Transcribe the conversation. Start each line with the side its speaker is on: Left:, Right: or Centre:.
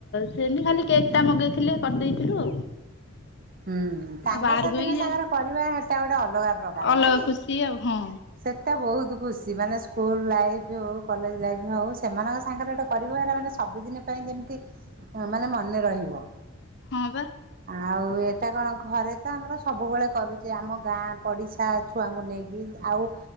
Left: ସି ନି ଖାଲି କେକ୍ ଟା ମଗେଇଥିଲେ କରି ଦେଇଥିଲୁ ଆଉ
Right: ହୁଁ ସାଙ୍ଗସାଥିୀଙ୍କ
Left: ଆଉ ବାହାରକୁ ହେଇକି ଯା
Right: ସାଙ୍ଗରେ କରିବା ହେଟା ଗୋଟେ ଅଲଗା ପ୍ରକାର
Left: ଅଲଗା
Right: ନା କି?
Left: ଖୁସି ଆଉ ହଁ
Right: ସେଟା ବହୁତ ଖୁସି ମାନେ ସ୍କୁଲ ଲାଇଫ ହଉ କଲେଜ ଲାଇଫ ହଉ ସେମାନଙ୍କ ସାଙ୍ଗରେ ଗୋଟେ ପରିବାର ମାନେ ସବୁଦିନ ପାଇଁ ଯେମିତି ଅ ମାନେ ମନେ ରହିବ।
Left: ହଁ ବା।
Right: ଆଉ ଏଇଟା କଣ ଘରେ ତ ଆମର ସବୁବେଳେ କରୁଚି, ଆମ ଗାଁ ପଡିଶା ଛୁଆଙ୍କୁ ନେଇକି ଆଉ